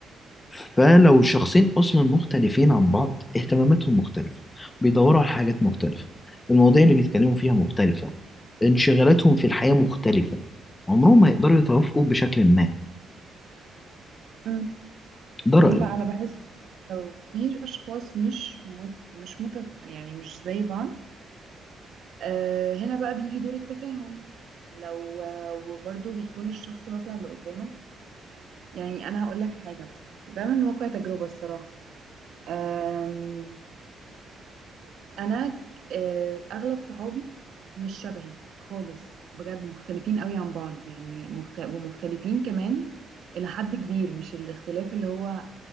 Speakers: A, on the left; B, on the right.
A: فلو شخصين اصلا مختلفين عن بعض اهتماماتهم مختلفه بيدوروا على حاجات مختلفه المواضيع اللي بيتكلموا فيها مختلفه انشغالاتهم في الحياه مختلفه عمرهم ما يقدروا يتوافقوا بشكل ما
B: مم.
A: ده رايي
B: لا انا بحس لو في اشخاص مش مت مش مت يعني مش زي بعض أه هنا بقى بيجي دور التفاهم لو آه، وبرضه بيكون الشخص مثلا اللي قدامك يعني انا هقول لك حاجه مثلا ده من واقع تجربه الصراحه أم، انا ك- أه، اغلب صحابي مش شبهي خالص بجد مختلفين قوي عن بعض يعني مخت... ومختلفين كمان الى حد كبير مش الاختلاف اللي هو